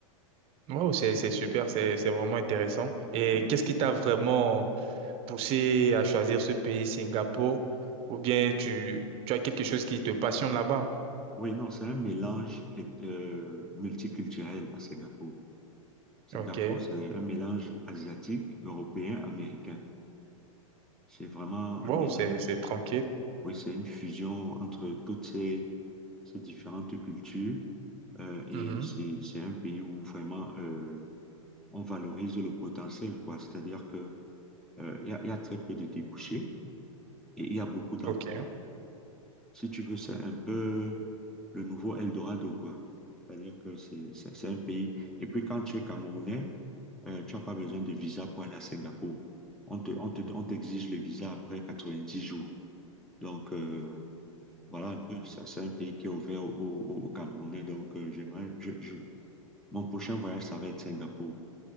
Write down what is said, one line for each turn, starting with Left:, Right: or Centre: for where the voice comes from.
Right: Wow, c'est, c'est super, c'est, c'est vraiment intéressant. Et
Centre: Oui.
Right: qu'est-ce qui t'a vraiment poussé à choisir ce pays, Singapour, ou bien tu, tu as quelque chose qui te passionne là-bas.
Centre: Oui, non, c'est un mélange et- euh, multiculturel à Singapour. Singapour,
Right: Ok.
Centre: c'est un mélange asiatique, européen, américain. C'est vraiment
Right: Wow,
Centre: un mélange.
Right: c'est, c'est tranquille.
Centre: Oui, c'est une fusion entre toutes ces, ces différentes cultures. euh, et
Right: Mhm.
Centre: c'est, c'est un pays où vraiment euh, on valorise le potentiel, quoi. C'est-à-dire que euh, il y a, il y a très peu de débouchés et il y a beaucoup d'emplois.
Right: Ok.
Centre: Si tu veux, c'est un peu le nouveau Eldorado, quoi. C'est-à-dire que c'est, c'est, c'est un pays. Et puis quand tu es Camerounais, euh, tu n'as pas besoin de visa pour aller à Singapour. On te, on te, on t'exige le visa après 90 jours. Donc, euh, Voilà un peu, ça, c'est un pays qui est ouvert aux, aux- aux Camerounais. Donc, euh, j'aimerais, je, je- mon prochain voyage, ça va être Singapour.